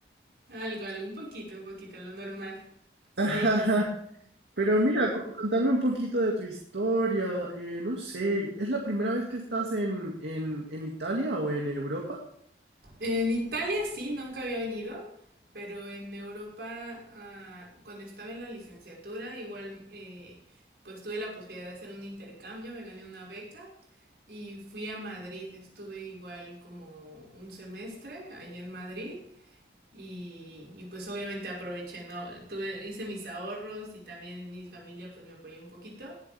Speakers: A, on the right (about 70°); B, on the right (about 85°).
A: Algo, algo, un poquito, un poquito, lo normal.
B: <laughs>
A: Sí.
B: Ajá. Pero mira, cu- contame un poquito de tu historia. eh, no sé, ¿es la primera vez que estás en, en, en Italia o en Europa?
A: En Italia sí, nunca había venido, pero en Europa, ah, cuando estaba en la licenciatura, igual eh, pues tuve la posibilidad de hacer un intercambio, me gané una beca y fui a Madrid, estuve igual como un semestre allá en Madrid y, y pues obviamente aproveché, ¿no? Tuve, hice mis ahorros y también mi familia pues me apoyó un poquito